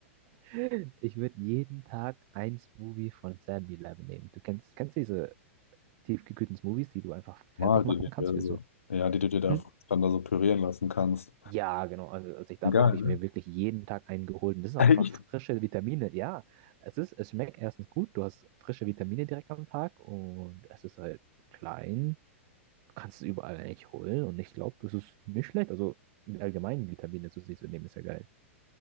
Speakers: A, on the right; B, on the left.
A: nee. <laughs> Ich würde jeden Tag ein Smoothie von 7-Eleven nehmen. Du kennst, kennst du diese tiefgekühlten Smoothies, die du einfach fertig
B: mal
A: machen
B: die du
A: kannst
B: dir
A: für
B: so,
A: so.
B: ja, die du dir da
A: Hm?
B: dann da so pürieren lassen kannst.
A: Ja, genau. Also als ich da
B: Geil,
A: war, habe ich
B: ne?
A: mir wirklich jeden Tag einen geholt. Und das sind
B: Echt?
A: auch einfach frische Vitamine. Ja, es ist, es schmeckt erstens gut. Du hast frische Vitamine direkt am Tag und es ist halt klein. Du kannst es überall eigentlich holen. Und ich glaube, das ist nicht schlecht. Also allgemein Vitamine zu sich zu nehmen, ist ja geil.